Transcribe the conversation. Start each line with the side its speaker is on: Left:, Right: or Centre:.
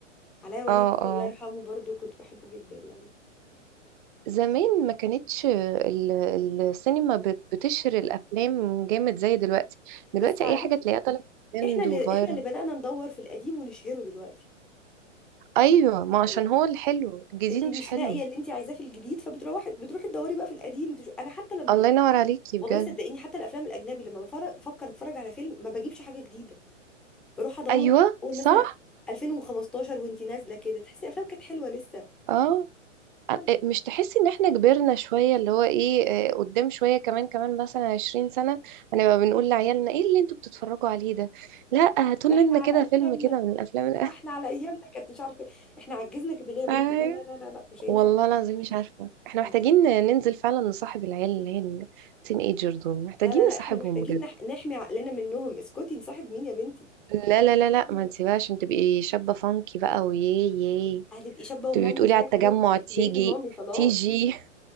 Centre: علاء ولي
Right: اه
Centre: الدين
Right: اه
Centre: الله يرحمه برضو كنت بحبه جدا يعني
Right: زمان ما كانتش ال- السينما بت- بتشهر الافلام جامد زي دلوقتي دلوقتي
Centre: بس على
Right: اي حاجه
Centre: فكره
Right: تلاقيها طالعه ترند
Centre: احنا اللي
Right: وفايرال
Centre: احنا اللي بدأنا ندور في القديم ونشهره دلوقتي
Right: ايوه ما عشان
Centre: يعني
Right: هو الحلو الجديد
Centre: انت
Right: مش
Centre: مش
Right: حلو
Centre: لاقيه اللي انت عايزاه في الجديد فبتروحي بتروحي تدوري بقى في القديم تشو... انا حتى لما
Right: الله ينور عليكي بجد
Centre: والله صدقيني حتى الافلام الاجنبي لما بفر- بفكر اتفرج على فيلم ما بجيبش حاجه جديده بروح ادور
Right: ايوه
Centre: اول
Right: صح
Centre: مثلا 2015 وانت نازله كده تحسي الافلام كانت حلوه لسه
Right: اه
Centre: يلا،
Right: إيه، مش تحسي ان احنا كبرنا شوية اللي هو ايه إيه، قدام شوية كمان كمان مثلا عشرين سنة هنبقى بنقول لعيالنا ايه اللي انتوا بتتفرجوا عليه ده لا هاتوا
Centre: ده
Right: لنا
Centre: احنا على
Right: كده
Centre: ايامنا
Right: فيلم كده من الافلام الأ-
Centre: ده احنا على ايامنا كانت مش عارفه إيه. احنا عجزنا كده ليه يا
Right: <laughs>
Centre: بنتي
Right: ايوه
Centre: لا لا لا لا لا مش هينفع
Right: والله
Centre: كده
Right: العظيم مش عارفة احنا محتاجين
Centre: مش-
Right: ننزل فعلا نصاحب العيال اللي هي التين ايجر دول محتاجين
Centre: لا لا لا
Right: نصاحبهم
Centre: احنا محتاجين
Right: بجد
Centre: نح... نحمي عقلنا منهم اسكتي نصاحب مين يا بنتي
Right: لا لا لا لا
Centre: لا، لا،
Right: ما تسيبهاش عشان تبقي شابة فانكي بقى وياه ياه
Centre: لا. هتبقي شابه ومامي
Right: تبقي بتقولي
Centre: ازاي
Right: على
Centre: يا
Right: التجمع
Centre: حبيبتي انت
Right: تيجي
Centre: بقيتي مامي خلاص
Right: تيجي